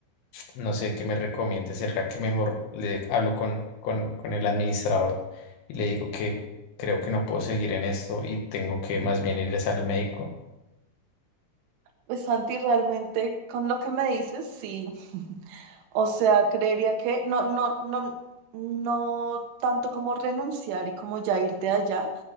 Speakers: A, on the left (about 70°); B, on the right (about 70°).
A: No sé qué me recomiende. ¿Será que mejor le hablo con, con, con el administrador y le digo que creo que no puedo seguir en esto y tengo que más bien ir es al médico?
B: Pues Santi, realmente con lo que me dices, sí. <laughs> O sea, creería que no, no, no, no tanto como renunciar y como ya irte allá,